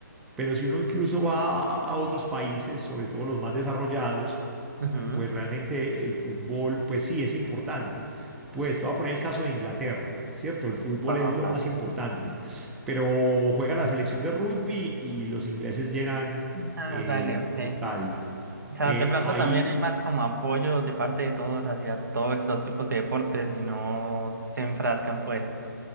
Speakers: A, in the centre; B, on the right.
A: Pero si uno incluso va a a otros países, sobre todo los más desarrollados,
B: ujú,
A: pues realmente el fútbol, pues sí, es importante. Pues te voy a poner el caso de Inglaterra, ¿cierto? El fútbol
B: Va.
A: es lo
B: va.
A: más importante, pero juega la selección de rugby y los ingleses llenan
B: Ah,
A: el,
B: dale, ok.
A: el estadio.
B: O sea,
A: Eh,
B: de pronto
A: hay,
B: también hay más como apoyo de parte de todos hacia todos los tipos de deportes y no se enfrascan, pues.